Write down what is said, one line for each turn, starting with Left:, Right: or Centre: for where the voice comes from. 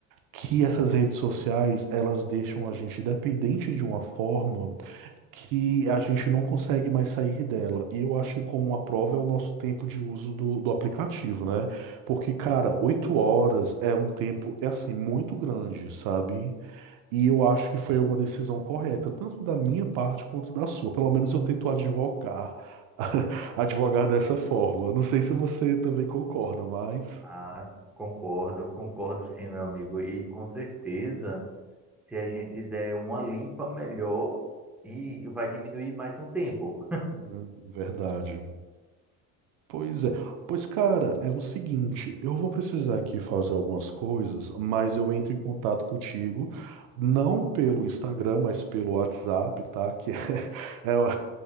Right: que essas redes sociais, elas deixam a gente dependente de uma forma que a gente não consegue mais sair dela. E eu acho que como uma prova é o nosso tempo de uso do, do aplicativo, né? Porque, cara, oito horas é um tempo, é assim, muito grande, sabe? E eu acho que foi uma decisão correta, tanto da minha parte quanto da sua. Pelo menos eu tento advogar, <laughs> advogar dessa forma. Não sei se você também concorda, mas...
Centre: Ah, concordo, concordo sim, meu amigo. E com certeza, se a gente der uma limpa melhor, e vai diminuir mais um tempo.
Right: Uhum, verdade. Pois é. Pois, cara, é o seguinte, eu vou precisar aqui fazer algumas coisas, mas eu entro em contato contigo, não pelo Instagram, mas pelo WhatsApp, tá? Que é, <laughs> é, o-